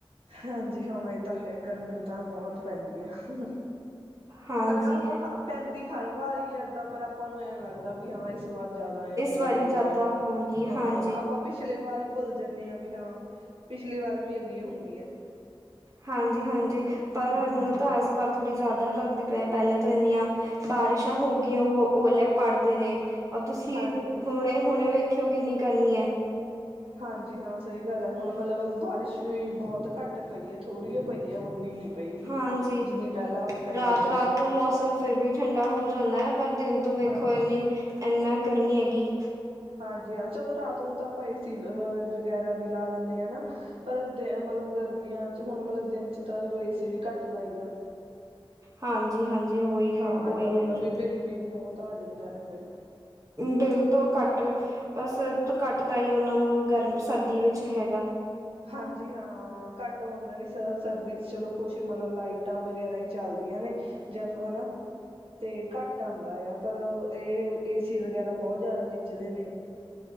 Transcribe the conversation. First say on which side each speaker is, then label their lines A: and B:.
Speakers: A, on the right; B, on the right.
A: ਹਾਂਜੀ ਹਾਂਵੇ ਤਾਂ ਹੈ ਗਰਮੀ ਬਹੁਤ ਪੈਂਦੀ ਹੈ।
B: ਹਾਂਜੀ
A: ਪਰ ਆਪਾਂ ਪੈਂਦੀ ਹਰ ਵਾਰ ਹੈ ਪਰ ਆਪਾਂ ਨੂੰ ਐਂ ਲੱਗਦਾ ਵੀ ਹਾਂ ਇਸ ਸ ਵਾਰ ਜਾਦਾ ਹੈ -ਇਸ ਵਾਰ
B: ਵਾਰੀ
A: ਜਾਦਾ
B: ਜ਼ਿਆਦਾ
A: ਹੈ
B: ਹੋਣਗੀ
A: ਹਾਂ
B: ਹਾਂਜੀ।
A: ਆਪਾਂ ਪਿਛਲੇ ਵਾਰ ਹੀ ਭੁੱਲ ਜਾਂਣੇ ਆਂ ਵੀ ਆਂ ਪਿਛਲੀ ਵਾਰ ਵੀ ਇੰਨੀ ਹੁੰਦੀ ਆ।
B: ਹਾਂਜੀ-ਹਾਂਜੀ ਪਰ
A: ਹਮ
B: ਮੂੰ ਤਾਂ ਇਸ ਬਾਰ ਥੋੜ੍ਹੀ ਜ਼ਿਆਦਾ ਲੱਗਦੀ ਪਈ ਆ ਪੈਲੇ ਤੋਂ ਇੰਨੀਆਂ ਬਾਰਿਸ਼ਾਂ ਹੋ ਗਈਆਂ। ਉਹ ਓਲੇ ਪੜਦੇ ਨੇ ਤੁਸੀਂ
A: ਹਾਂਜੀ
B: ਹੁਣੇ-ਹੁਣੇ ਵੇਖ ਖਿਓ ਕਿੰਨੀ ਗਰਮੀ ਐ।
A: ਹਾਂਜੀ ਹਾਂ ਸਈ ਗੱਲ ਹੈ ਹੁਣ ਮਤਲਬ ਬਾਰਿਸ਼ ਵੀ ਬਹੁਤ ਘੱਟ ਪਈ ਹੈ ਥੋੜ੍ਹੀ ਓ ਪਈ ਹੈ ਓਨੀ ਨਹੀਂ ਪਈ
B: ਹਾਂਜੀ
A: ਜਿੰਨੀ ਪਹਿਲਾਂ ਪੈਂਦੀ
B: ਰਾਤ-ਰਾਤ
A: ਹੁੰਦੀ ਸੀ
B: ਤੋਂ ਮੌਸਮ ਫਿਰ ਵੀ ਠੰਡਾ ਹੋ ਜਾਂਦਾ ਹੈ ਪਰ ਦਿਨ ਤੋਂ ਵੇਖੋ
A: ਹਾਂਜੀ
B: ਇੰਨੀ ਇੰਨਾ ਗਰਮੀ ਹੈਗੀ।
A: ਹਾਂਜੀ ਹਾਂ ਚਲੋ ਰਾਤ ਨੂੰ ਤਾਂ ਆਪਾਂ ਏਸੀ ਵਗੈਰਾ ਵੀ ਲਾ ਦਿੰਨੇ ਹਨਾ। ਪਰ ਮਤਲਬ ਗਰਮੀਆਂ ਚ ਹੁਨ ਮਤਲਬ ਦਿਨ ਚ ਤਾਂ ਚਲੋ ਏਸੀ ਵੀ ਘੱਟ ਲਾਈ ਦਾ।
B: ਹਾਂਜੀ-ਹਾਂਜੀ ਉਹੀ ਹੈ
A: ਹਾਂ
B: ਉਹੀ
A: ਏਦਾਂ ਹੁੰਦਾ
B: ਹੈਗੀ
A: ਵੀ ਬਿੱਲ ਵੀ ਬਹੁਤ ਆ ਜਾਂਦਾ ਐ ਫਿਰ।
B: ਬਿਲ ਤੋਂ ਘੱਟ ਬਸ ਘੱਟ ਤਾਂਈ ਓਨਾਂ ਨੂੰ ਗਰਮ ਸਰਦੀ ਵਿੱਚ ਹੈਗਾ।
A: ਹਾਂਜੀ ਹਾਂ ਘੱਟ ਹੁੰਦਾ ਵੀ ਸਰ ਸਰਦੀ ਚ ਚਲੋ ਕੁਛ ਮਤਲਬ ਲਾਈਟਾਂ ਵਗੈਰਾ ਈ ਚੱਲਦੀਆਂ ਨੇ। ਜਬ ਹਨਾ ਤੇ ਘੱਟ ਆਂਦਾ ਆ ਪਰ ਏਹ ਏ ਸੀ ਵਗੈਰਾ ਬਹੁਤ ਜ਼ਾਦਾ ਖਿੱਚਦੇ ਨੇ।